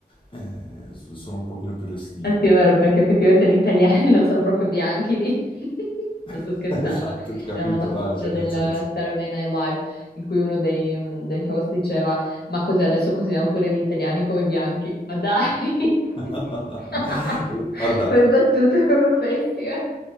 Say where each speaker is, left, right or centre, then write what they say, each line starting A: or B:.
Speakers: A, on the left (about 30°); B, on the left (about 75°).
A: eh, s- sono un pochino più restii.
B: Eh sì, è vero, perché effettivamente gli italiani <laughs> non sono proprio bianchi lì. <laughs> Non
A: <laughs>
B: sto scherzando.
A: Esatto, capito,
B: Era una battuta
A: dai, cioè
B: del
A: nel senso.
B: Saturday Night Live in cui uno dei, mm, degli host diceva: Ma cos'è adesso consideriamo pure gli italiani come bianchi? Ma dai!
A: <laughs>
B: <laughs>
A: Guarda.
B: Quelle battute proprio pessime.